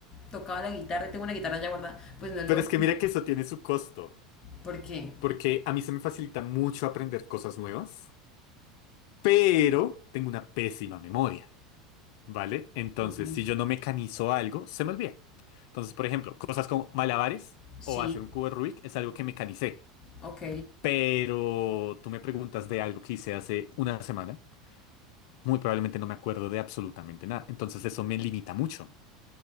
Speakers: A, on the left; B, on the left.
A: tocaba la guitarra, y tengo una guitarra ya guardada, pues no es
B: Pero
A: lo
B: es que
A: mismo,
B: mira que eso tiene su costo,
A: ¿por qué?
B: porque a mí se me facilita mucho aprender cosas nuevas, pero tengo una pésima memoria, ¿vale? Entonces,
A: Ujú,
B: si yo no mecanizo algo, se me olvida. Entonces, por ejemplo, cosas como malabares
A: Sí,
B: o hacer un cubo de Rubik es algo que mecanicé.
A: ok.
B: Pero tú me preguntas de algo que hice hace una semana. Muy probablemente no me acuerdo de absolutamente nada. Entonces eso me limita mucho.